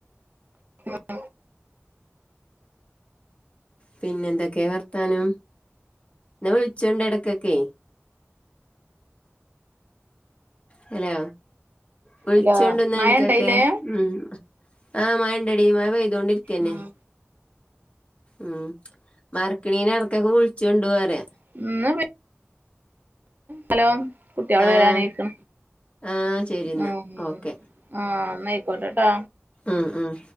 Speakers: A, on the right (about 40°); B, on the left (about 25°).
A: <unintelligible>
B: പിന്നെ എന്തൊക്കെ വർത്താനം, ന്നാ വിളിച്ചോൾണ്ട് എടക്കൊക്കെയ്. ഹലോ വിളിച്ചോണ്ടുന്ന
A: ഹലോ മഴ
B: എടക്കൊക്കെ
A: ഇണ്ടായില്ലേ
B: ഉംഹ് ആ മയെണ്ടെടി മയ പെയിതോണ്ടി രിക്കന്നെ.
A: ഉം
B: ഉംഹ് മറക്കണേന് എടക്കൊക്കെ വിളിച്ചോണ്ടുറയ.
A: <unintelligible> ഹലോ കുട്ട്യള്
B: ആഹ്
A: വരാനായിക്ക്ണ്
B: ആഹ് ശരി
A: ഹ്
B: ന്നാ
A: ഹമ്.
B: ഓക്കെ
A: ആഹ് എന്നായിക്കൊട്ടെ ട്ട
B: ആഹ്.. ആഹ്